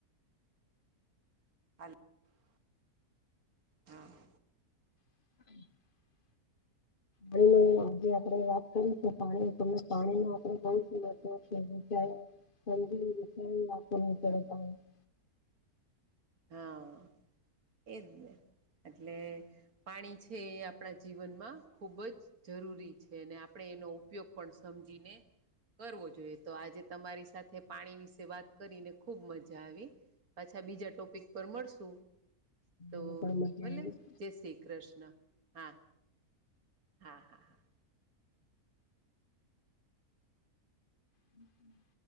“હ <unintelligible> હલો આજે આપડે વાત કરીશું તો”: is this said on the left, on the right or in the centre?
Left